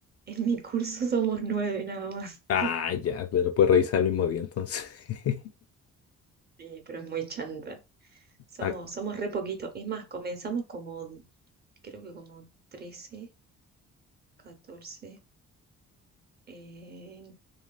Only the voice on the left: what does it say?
Ah,
ya, pero puedes revisar el mismo día entonces. <laughs>
Ah,